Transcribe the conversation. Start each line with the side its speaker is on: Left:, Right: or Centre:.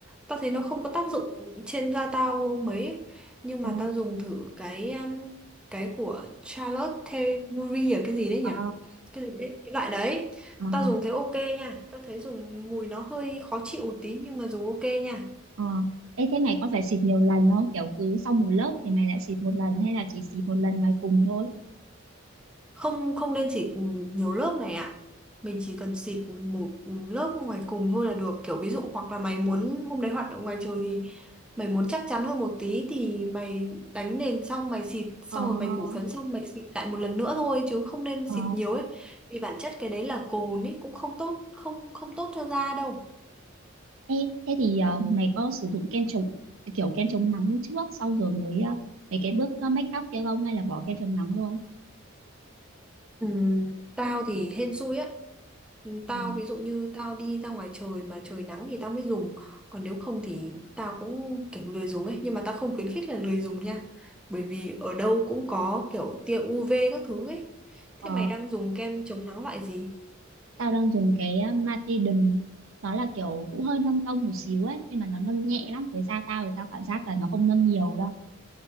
Centre: tao thấy nó không có tác dụng trên da tao mấy ấy. Nhưng
Right: Ờ
Centre: mà tao dùng thử cái um, cái của Charlotte Tilbury à cái gì đấy nhỉ?
Right: ờ
Centre: Cái gì đấy, cái loại đấy.
Right: ờ
Centre: Tao dùng thấy ok nha, tao thấy dùng mùi nó hơi khó chịu một tí nhưng mà dùng ok nha.
Right: Ờ, ê thế này có phải xịt nhiều lần không? Kiểu cứ sau một lớp thì mày lại xịt một lần hay là chỉ xịt một lần ngoài cùng thôi?
Centre: không không nên xịt nhiều lớp này ạ mình chỉ cần xịt một lớp ngoài cùng thôi là được kiểu ví dụ hoặc là mày muốn hôm đấy hoạt động ngoài trời thì mày muốn chắc chắn hơn một tí thì mày đánh nền xong mày xịt xong
Right: Ờ, ờ,
Centre: rồi mày phủ phấn xong mày xịt lại một lần nữa thôi chứ không nên
Right: ờ.
Centre: xịt nhiều ấy vì bản chất cái đấy là cồn ấy cũng không tốt không không tốt cho da đâu
Right: Ê, thế thì ờ, mày có sử dụng kem chống kiểu kem chống nắng trước xong rồi mới ờ, mấy cái bước ờ, make up kia không hay là bỏ kem chống nắng luôn?
Centre: ừ, tao thì hên xui á Ừ, Tao
Right: Ờ,
Centre: ví dụ như tao đi ra ngoài trời mà trời nắng thì tao mới dùng Còn nếu không thì tao cũng kiểu lười dùng ấy Nhưng mà tao không khuyến khích là lười dùng nha Bởi vì ở đâu cũng có kiểu tia UV các thứ ấy
Right: ờ,
Centre: Thế mày đang dùng kem chống nắng loại gì?
Right: tao đang dùng cái ờ, Matidum nó là kiểu cũng hơi nâng tông một xíu ấy nhưng mà nó nâng nhẹ lắm với da tao thì tao cảm giác là nó không nâng nhiều đâu.